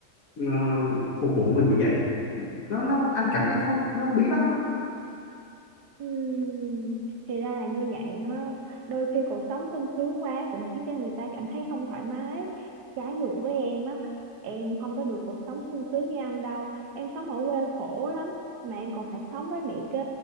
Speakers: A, on the left (about 65°); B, on the right (about 85°).
A: ờ, phục vụ mình như vậy nó nó anh cảm thấy nó nó bí bách lắm
B: Ừm, thì ra là như vậy ha. Đôi khi cuộc sống sung sướng quá cũng khiến cho người ta cảm thấy không thoải mái. Trái ngược với em á, em không có được cuộc sống sung sướng như anh đâu. Em sống ở quê khổ lắm, mà em còn phải sống với mẹ kế,